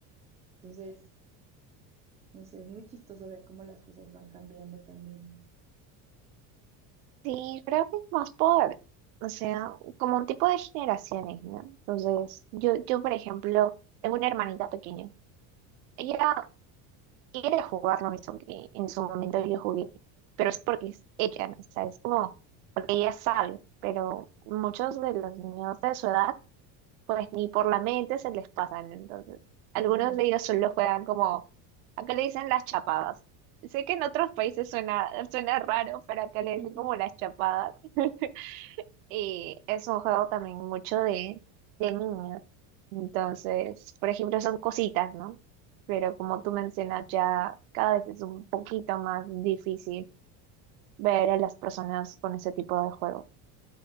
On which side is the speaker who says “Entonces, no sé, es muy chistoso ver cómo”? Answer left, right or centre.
Right